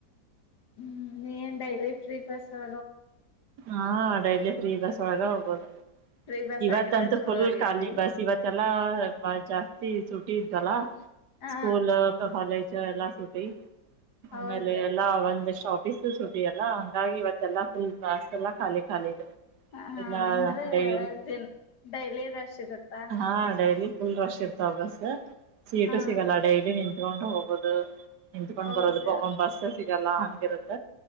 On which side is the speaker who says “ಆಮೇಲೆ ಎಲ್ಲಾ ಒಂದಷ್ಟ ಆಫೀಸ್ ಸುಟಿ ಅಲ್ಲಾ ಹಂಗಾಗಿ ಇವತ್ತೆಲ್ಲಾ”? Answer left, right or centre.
Right